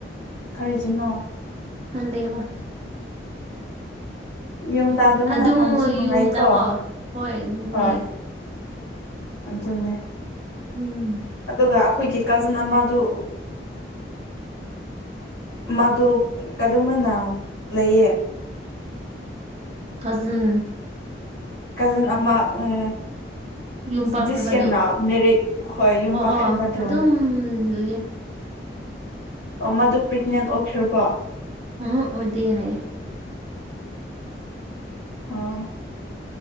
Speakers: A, on the left; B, on the right.
A: ꯀꯔꯤꯒꯤꯅꯣ
B: ꯗꯦꯕ
A: ꯌꯨꯝꯗ ꯑꯗꯨꯃꯅ
B: ꯑꯗꯨꯝ
A: ꯐꯝꯕꯁꯨ ꯅꯨꯡꯉꯥꯏꯀꯣ
B: ꯌꯨꯝꯗꯀꯣ ꯍꯣꯏ ꯅꯣꯏ
A: ꯍꯣꯏ ꯑꯗꯨꯅꯦ
B: ꯎꯝ
A: ꯑꯗꯨꯒ ꯑꯩꯈꯣꯏꯒꯤ ꯀꯥꯖꯤꯟ ꯑꯃꯗꯨ ꯃꯗꯨ ꯀꯗꯃꯅ ꯂꯩꯌꯦ
B: ꯀꯥꯖꯤꯟ
A: ꯀꯥꯖꯤꯟ ꯑꯃ ꯎꯝ
B: ꯌꯨꯝ ꯄꯥꯟꯈ꯭ꯔꯦꯕ
A: ꯗꯤꯁꯤꯌꯅ
B: ꯑꯗꯨ
A: ꯃꯦꯔꯦ ꯍꯣꯏ ꯌꯨꯝ
B: ꯑꯣ
A: ꯄꯥꯈ꯭ꯔꯦꯕ
B: ꯑꯣ
A: ꯑꯗꯨ
B: ꯑꯗꯨꯝ <unintelligible>
A: ꯃꯥꯗꯣ ꯄ꯭ꯔꯦꯒꯅꯦꯟ ꯑꯣꯏꯈ꯭ꯔꯕꯣ
B: ꯍꯨꯝ ꯑꯣꯗꯤ ꯍꯥꯏ
A: ꯑꯣ